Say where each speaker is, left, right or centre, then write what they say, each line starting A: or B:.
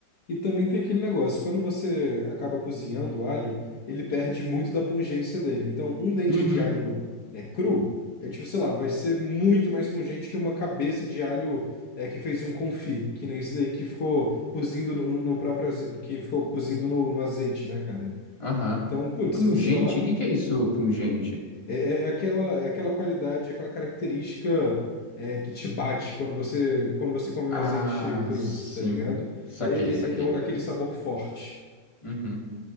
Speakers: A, on the left; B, on the left.
A: E também tem aquele negócio, quando você acaba cozinhando o alho, ele perde muito da pungência dele. Então, um dente
B: Uhum,
A: de alho é cru, é tipo, sei lá, vai ser muito mais pungente que uma cabeça de alho é, que fez um confit, que nem esse daí que ficou cozindo no, no- no próprio azeite, que ficou cozindo no, no azeite, né, cara?
B: aham.
A: Então, putz,
B: Pungente,
A: se você vai lá,
B: o que que é isso, pungente?
A: é, é- é aquela, é aquela qualidade, aquela característica é, que te bate quando você, quando você come
B: Ah,
A: o azeite cru,
B: sim.
A: tá ligado?
B: Saquei,
A: É, é-
B: saquei.
A: é- é um- é aquele sabor forte.
B: Uhum.